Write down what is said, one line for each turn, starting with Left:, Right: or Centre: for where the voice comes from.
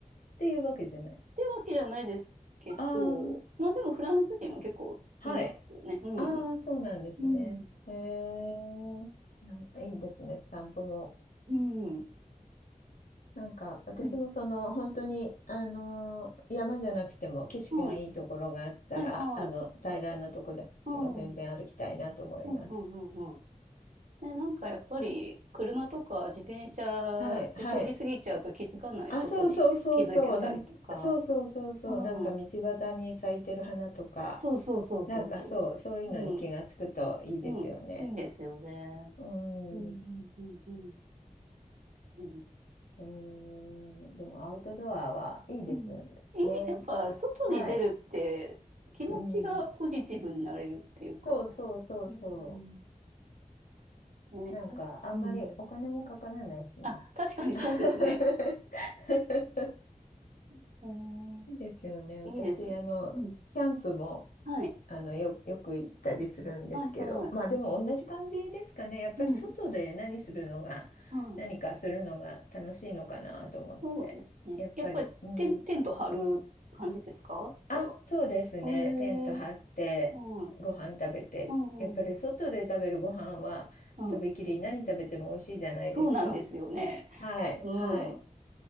Left: ていうわけじゃない。
Right: てわけじゃないですけど、
Left: ああ、
Right: まあでもフランス人も結構いますね。
Left: はい。
Right: うん。
Left: ああ、そうなんですね。
Right: うん。
Left: えー、なんかいいですね、散歩も。
Right: うん。
Left: なんか私もその本当にあの山じゃなくても景色がいいところがあったらあの平らなとこでも全然歩きたいなと思います。
Right: うん。はい。はい、はい。うん。うん、うん、うん、うん。ね、なんかやっぱり車とか自転車で通り過ぎちゃうと気づかないことに気づけたりとか。
Left: はいはいあそうそうそうそうなんそうそうそうそうなんか道端に咲いてる花とか
Right: うん。そうそうそうそうそ
Left: なんかそうそういうのに気がつくといいですよね。
Right: う。うん。うん。いいんですよね。
Left: うん、
Right: うん、うん、うん、うん。うん
Left: えーでもアウトドアはいいですよね。
Right: うん。え、やっぱ外に出るって気持ちがポジティブになれるっていうか、
Left: はい。うん、そうそうそうそう。
Right: うん。ね、
Left: なんか、
Right: あうん。
Left: あんまりお金もかからないしね。
Right: あ、確かにそうですね。
Left: <laughs>
Right: へえ
Left: いいですよね。私、
Right: いいですよ。
Left: あの、
Right: うん。
Left: キャンプも、
Right: はい。
Left: あの、よ、よく行ったりするんですけど、
Right: はい、はい。
Left: まあでも同じ感じですかね。やっぱり外で何するのが、
Right: うん。はい。
Left: 何かするのが楽しいのかなと思って。
Right: そうですね。
Left: やっぱり、
Right: やっぱりテン、
Left: うん。
Right: テント張る感じですかじゃあ。
Left: あ、そうですね。
Right: へえはい。
Left: テント張って、
Right: うん、
Left: ご飯食べて。
Right: うん、
Left: やっぱり外で食べるご飯は、
Right: うん。うん
Left: とびきり何食べても美味しいじゃないですか。
Right: そうなんですよね。
Left: はい、
Right: うん。
Left: はい。